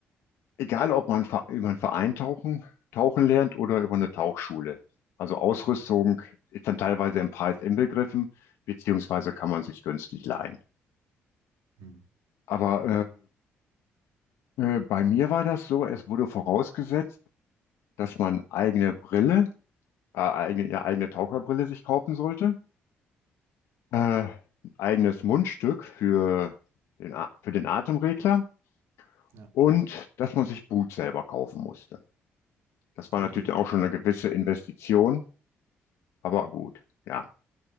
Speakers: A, on the left; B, on the right.
A: Egal, ob man ver- über einen Verein tauchen, tauchen lernt oder über eine Tauchschule. Also Ausrüstung ist dann teilweise im Preis inbegriffen, beziehungsweise kann man sich günstig leihen.
B: Hm.
A: Aber äh, äh, bei mir war das so, es wurde vorausgesetzt, dass man eigene Brille, äh, eigene, ja, eigene Taucherbrille sich kaufen sollte, äh, ein eigenes Mundstück für den, A- für den Atemregler
B: Ja,
A: und dass man sich Boot selber kaufen musste. Das war
B: okay,
A: natürlich auch schon eine gewisse Investition, aber gut, ja.